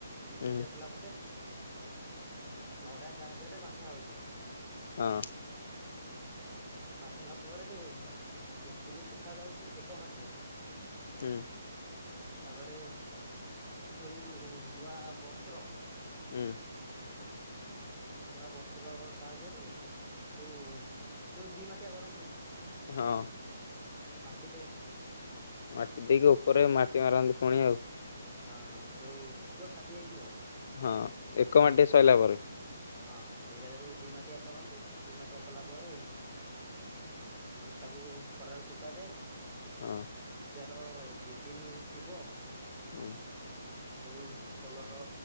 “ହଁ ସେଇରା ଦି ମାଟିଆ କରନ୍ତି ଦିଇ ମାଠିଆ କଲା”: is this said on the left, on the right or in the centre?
Centre